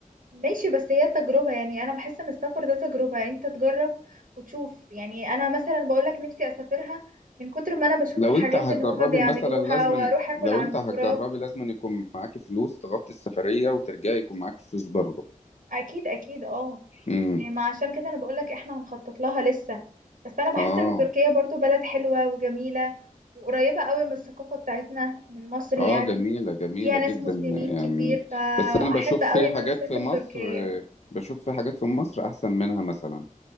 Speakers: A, on the right (about 80°); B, on the left (about 50°).
A: ماشي بس هي تجربة يعني انا بحس ان السفر ده تجربة انت تجرب وتشوف يعني انا مثلا بقولك نفسي اسافرها من كتر ما انا بشوف
B: لو
A: الحاجات
B: انت هتجربي
A: اللي هما بيعملوها
B: مثلا لازم
A: واروح اكل
B: لو
A: عند
B: انت هتجربي
A: براك
B: لازم يكون معاكي فلوس تغطي السفرية وترجعي يكون معاكي فلوس برضه
A: اكيد اكيد اه
B: امم
A: إيه، ما عشان كده انا بقولك احنا هنخطط لها لسه بس انا بحس
B: اه
A: ان تركيا برضو بلد حلوة وجميلة وقريبة قوي من الثقافة بتاعتنا من مصر
B: اه
A: يعني
B: جميلة جميلة
A: وفيها ناس
B: جدا
A: مسلمين
B: يعني
A: كتير فاحب
B: بس انا بشوف
A: قوي
B: في
A: ان
B: حاجات
A: انا اسافر
B: في مصر
A: تركيا
B: بشوف في حاجات في مصر احسن منها مثلا